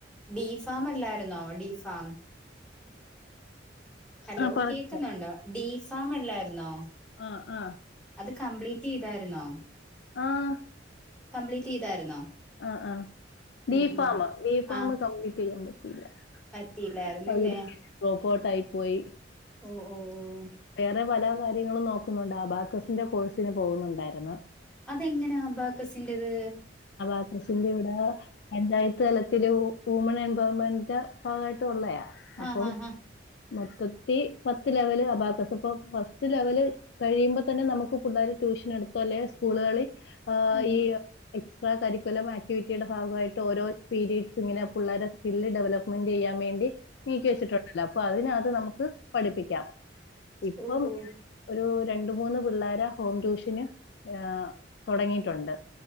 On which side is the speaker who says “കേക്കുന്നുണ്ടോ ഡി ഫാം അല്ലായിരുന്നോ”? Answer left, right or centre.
Centre